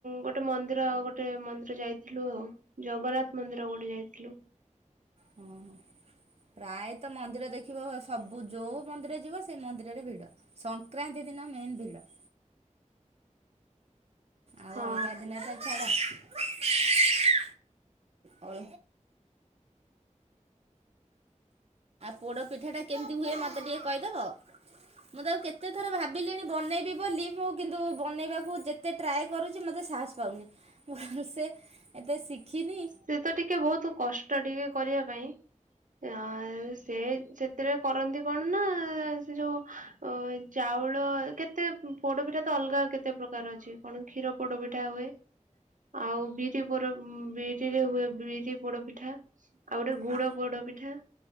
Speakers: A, on the right; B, on the right.
A: ଗୋଟେ ମନ୍ଦିର ଆଉ ଗୋଟେ ମନ୍ଦିର ଯାଇଥିଲୁ ଆଉ। ଜଗନ୍ନାଥ ମନ୍ଦିର ଗୋଟେ ଯାଇଥିଲୁ।
B: ହଁ-ହଁ। ପ୍ରାୟତ ମନ୍ଦିର ଦେଖିବ ସବୁ ଯୋଉ ମନ୍ଦିର ଯିବ ସେଇ ମନ୍ଦିରରେ ଭିଡ। ସଂକ୍ରାନ୍ତି ଦିନ ମେନ୍ ଭିଡ଼। ଆଉ
A: ହଁ
B: ଅଲଗା ଦିନ ତ ଛାଡ। <unintelligible> ଆଉ ପୋଡ଼ ପିଠା ଟା କେମିତି ହୁଏ ମତେ ଟିକେ କହିଦବ। ମୁଁ ତାକୁ କେତେଥର ଭାବିଲିଣି ବନେଇବି ବୋଲି ମୁଁ କିନ୍ତୁ ବନେଇବାକୁ ଏତେ ଟ୍ରାଏ କରୁଛି ମୋତେ ସାହସ୍ ପାଉନି ମୁଁ ସେ ଏତେ ଶିଖିନି
A: ସେ ତ ଟିକେ ବହୁତ କଷ୍ଟ ଟିକେ କରିବା ପାଇଁ ହଁ ସେ ସେଥିରେ କରନ୍ତି କଣ ନା ସେ ଯୋଉ ଓ ଚାଉଳ କେତେ ପୋଡପିଠା ତ ଅଲଗା କେତେ ପ୍ରକାର ଅଛି କଣ କ୍ଷୀର ପୋଡ ପିଠା ହୁଏ ଆଉ ବିରି ପୋଡ ବି ରେ ହୁଏ ବିରି ପୋଡପିଠା ଆଉ ଗୋଟେ ଗୁଡ
B: ଆ
A: ପୋଡ ପିଠା।